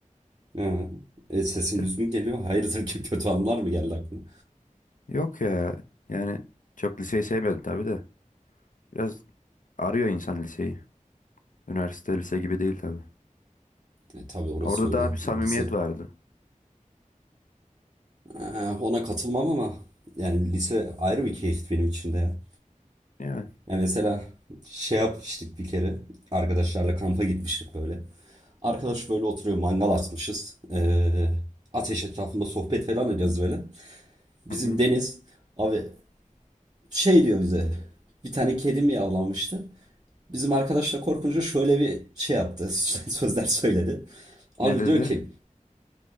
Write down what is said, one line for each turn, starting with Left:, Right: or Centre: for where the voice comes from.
Right: Ha. E sesin
Left: İşte.
Right: üzgün geliyor. Hayırdır <laughs> ki kötü anılar mı geldi aklına?
Left: Yok ya yani çok liseyi sevmiyordum tabii de. Biraz arıyor insan liseyi. Üniversite lise gibi değil tabii.
Right: E tabii orası
Left: Orada
Right: öyle
Left: daha bir samimiyet
Right: lise.
Left: vardı.
Right: Ha, ona katılmam ama yani lise ayrı bir keyif benim için de ya.
Left: Yani.
Right: Ya mesela şey yapmıştık bir kere. Arkadaşlarla kampa gitmiştik böyle. Arkadaş böyle oturuyor mangal açmışız. Ee, ateş etrafında sohbet falan ediyoruz böyle. Bizim
Left: Hı hı.
Right: Deniz abi şey diyor bize. Bir tane kedi mi yavlamıştı? Bizim arkadaşla korkunca şöyle bir şey yaptı. <laughs> Sözler söyledi. Abi
Left: Ne dedi?
Right: diyor ki